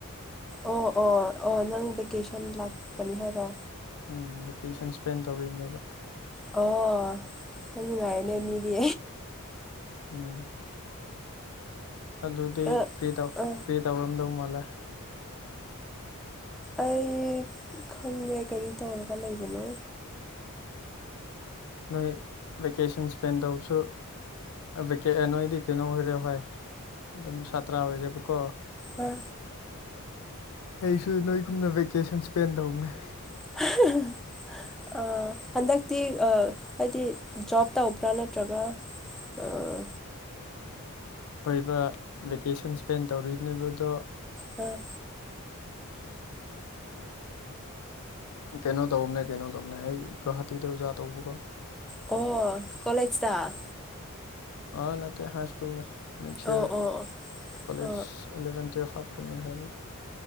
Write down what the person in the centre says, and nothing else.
ꯑꯣ ꯑꯣ ꯑꯣ ꯅꯪ ꯚꯦꯀꯦꯁꯟ ꯂꯥꯛꯄꯅꯦ ꯍꯥꯏꯔꯣ
ꯑꯣ ꯌꯥꯝ ꯅꯨꯡꯉꯥꯏꯔꯦꯅꯦ ꯃꯤꯗꯤ
ꯑ
ꯑ
ꯑꯩ ꯈꯪꯗꯦ ꯀꯔꯤ ꯇꯧꯔꯒ ꯂꯩꯕꯅꯣ
ꯑ
<inaudible> ꯑꯥ ꯍꯟꯗꯛꯇꯤ ꯑꯥ ꯍꯥꯏꯗꯤ ꯖꯣꯞ ꯇꯧꯕ꯭ꯔꯥ ꯅꯠꯇ꯭ꯔꯒ ꯑꯥ
ꯑ
ꯑꯣ ꯀꯣꯂꯦꯖꯗ
ꯑꯣ
ꯑꯣ
ꯑꯣ